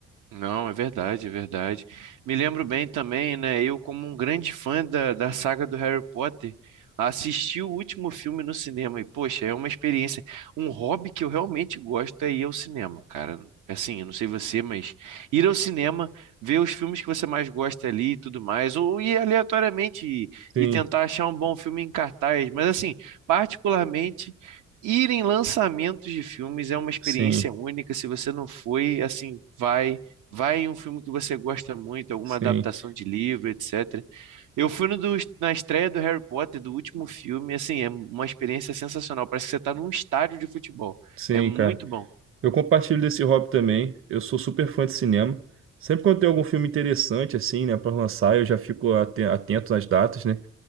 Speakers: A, on the right; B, on the right.
A: Não, é verdade, é verdade. Me lembro bem também, né? Eu, como um grande fã da, da saga do Harry Potter, assisti o último filme no cinema e, poxa, é uma experiência. Um hobby que eu realmente gosto é ir ao cinema, cara. Assim, eu não sei você, mas ir ao cinema, ver os filmes que você mais gosta ali e tudo mais, ou ir aleatoriamente e,
B: Sim,
A: e tentar achar um bom filme em cartaz. Mas, assim, particularmente. Ir em lançamentos de filmes é uma experiência
B: sim,
A: única. Se você não foi, assim, vai. Vai em um filme que você gosta muito, alguma
B: sim,
A: adaptação de livro, etc. Eu fui no do- na estreia do Harry Potter, do último filme, assim, é uma experiência sensacional. Parece que você está num estádio de futebol.
B: sim,
A: É muito
B: cara.
A: bom.
B: Eu compartilho desse hobby também. Eu sou super fã de cinema. Sempre quando tem algum filme interessante, assim, né, para lançar, eu já fico aten- atento nas datas, né?